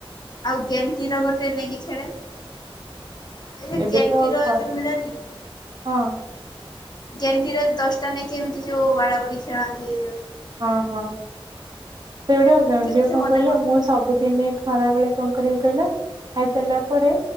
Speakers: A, on the left; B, on the right.
A: ଆଉ ଗେଣ୍ଟିର ଗୋଟେ ନେଇକି ଖେଳେ ଏ
B: ଏବେ
A: ଗେଣ୍ଟିର
B: ତ ଖ
A: ଯୋଉ ମିଳେନି
B: ହଁ
A: ଗେଣ୍ଟିର ଦଶଟା ନେଇକି ଏମିତି ଯୋଉ ବାଡା ବାଡି ଖେଳନ୍ତି।
B: ହଁ ହଁ। ସେଇଗୁଡା
A: କେତେ
B: ଯଉ କଣ
A: ମନେ
B: କହିଲେ
A: ପଡୁନି
B: ମୁଁ ସବୁଦିନେ ଖରା ବେଳେ କଣ କରିବି କହିଲା ଖାଇସାରିଲା ପରେ